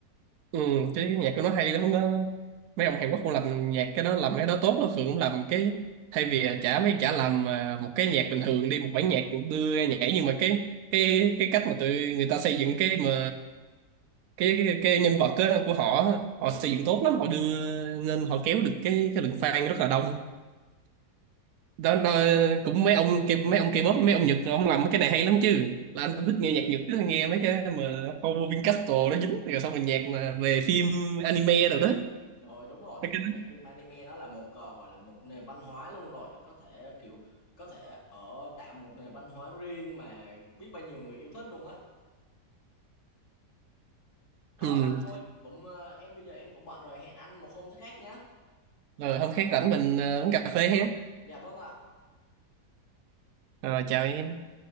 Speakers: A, on the right; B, on the left.
A: ừ, cái, cái nhạc của nó hay lắm nó mấy ông Hàn Quốc cũng làm nhạc cái đó làm cái đó tốt nó thường cũng làm cái thay vì chả mấy chả làm à, một cái nhạc bình thường đi một bản nhạc đưa ra nhảy nhưng mà cái cái cái cách mà tụi người ta xây dựng cái mà cái cái, cái nhân vật á, của họ á, họ xây dựng tốt lắm họ đưa nên họ kéo được cái cái lượng fan rất là đông đó, đó cũng mấy ông kia mấy ông K-pop với mấy ông Nhật ông làm mấy cái này hay lắm chứ là anh cũng thích nghe nhạc Nhật cứ nghe mấy cái mà Homo Vincastro nó dính rồi xong rồi nhạc mà về phim anime rồi đó
B: Rồi đúng rồi,
A: Mấy cái đó.
B: nhạc phim anime nó là một ờ, gọi là một nền văn hóa luôn rồi, có thể kiểu có thể ở tạo một nền văn hóa riêng mà biết bao nhiêu người yêu thích luôn á. Ờ
A: ừ.
B: mà thôi, cũng ờ, em bây giờ em cũng bận rồi, hẹn anh một hôm thứ khác nhé.
A: rồi hôm khác rảnh mình ờ, uống cà phê ha
B: Dạ vâng ạ.
A: rồi chào em